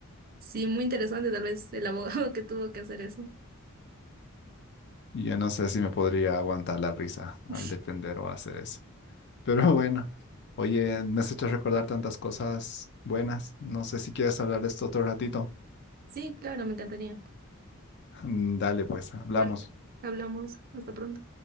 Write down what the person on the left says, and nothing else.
Y yo no sé si me podría aguantar la risa
al defender o hacer eso. Pero bueno, oye, me has hecho recordar tantas cosas buenas. No sé si quieres hablar de esto otro ratito.
Mm, Dale, pues, hablamos.